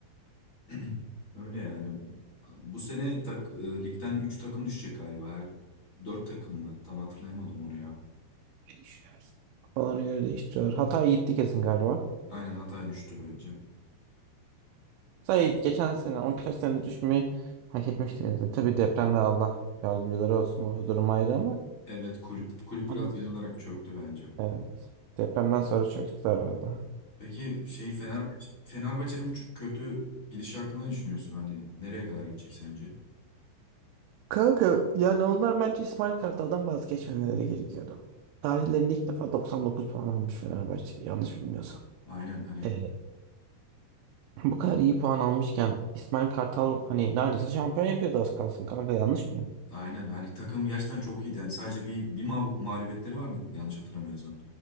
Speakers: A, on the left (about 25°); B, on the right (about 85°).
A: <clears throat> Öyle yani. Bu sene tak, e, ligden 3 takım düşecek galiba. Her 4 takım mı? Tam hatırlayamadım onu ya.
B: Değişiyor her sene. Kafalarına göre değiştiriyorlar. Hatay gitti kesin galiba.
A: Aynen Hatay düştü bence.
B: Hatay geçen sene 12 senede düşmeyi hak etmişti. Yani. Tabii depremde Allah yardımcıları olsun. O durum ayrı ama.
A: Evet kulüp kulüp
B: Anladım.
A: biraz genel olarak çöktü bence.
B: Evet. Depremden sonra çöktüler valla.
A: Peki şey Fenerbahçe Fenerbahçe'nin bu ç- kötü gidişi hakkında ne düşünüyorsun? Hani nereye kadar gidecek sence?
B: Kanka yani onlar bence İsmail Kartal'dan vazgeçmemeleri gerekiyordu. Tarihlerinde ilk defa 99 puan almış Fenerbahçe yanlış bilmiyorsam.
A: Aynen hani
B: Ee, bu kadar iyi puan almışken İsmail Kartal hani neredeyse şampiyon yapıyordu az kalsın kanka yanlış mıyım?
A: Aynen hani takım gerçekten çok iyiydi. Yani sadece bir bir ma- mağlubiyetleri vardı yanlış hatırlamıyorsam.